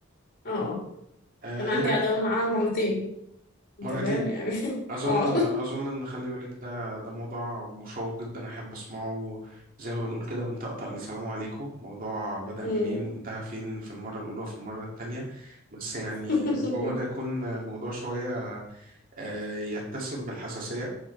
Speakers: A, on the left; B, on the right.
A: اه آه.
B: آه
A: كان عندي
B: يعني
A: عداوة معاه مرتين أنت
B: مرتين
A: فاهم يعني <laughs>
B: أظن
A: اه <laughs>
B: أظن إن خلي بالك ده ده موضوع مشوق جدا أحب أسمعه زي ما بنقول كده من طقطق لسلام عليكم الموضوع بدأ
A: أمم.
B: منين وانتهى فين في المرة الأولى وفي المرة التانية بس يعني
A: <laughs>
B: ربما ده يكون موضوع شوية آه، يتسم بالحساسية